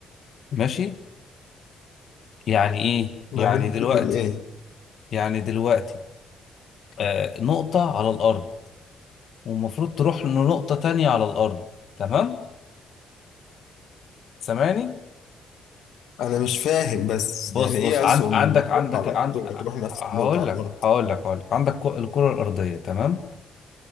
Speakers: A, on the left; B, on the left.
A: ماشي يعني ايه
B: ما
A: يعني
B: بين
A: دلوقتي
B: دول ايه
A: يعني دلوقتي آه، نقطة على الأرض والمفروض تروح لنقطة تانية على الأرض تمام سامعني
B: انا مش فاهم بس
A: بص
B: يعني ايه
A: بص عند
B: اصلا ما
A: عندك
B: تروح
A: عندك
B: على
A: عن...
B: الارض وتروح نفس
A: هقول
B: النقطة على
A: لك
B: الارض
A: هقول لك هقول لك عندك كو- الكرة الأرضية تمام